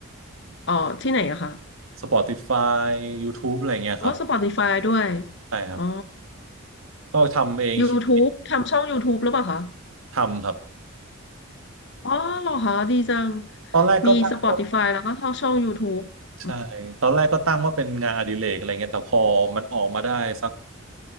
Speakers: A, on the left; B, on the right.
A: อ๋อที่ไหนอะคะ
B: s p o t i f า y ยู t ูบ e อะไรเงี้ยครับ
A: อ๋อ Spotify ด้วย
B: ใช่ครับ
A: อ๋อ
B: ก็ทำเองเขียน
A: YouTube ทำช่อง YouTube หรือเปล่าคะ
B: ทำครับ
A: อ๋อเหรอคะดีจัง
B: ตอนแรกก็ตั้งว่า
A: มี Spotify แล้วก็เข้าช่อง YouTube
B: ใช่ตอนแรกก็ตั้งว่าเป็นงานอดิเรกอะไรเงี้ยแต่พอมันออกมาได้สัก
A: อืม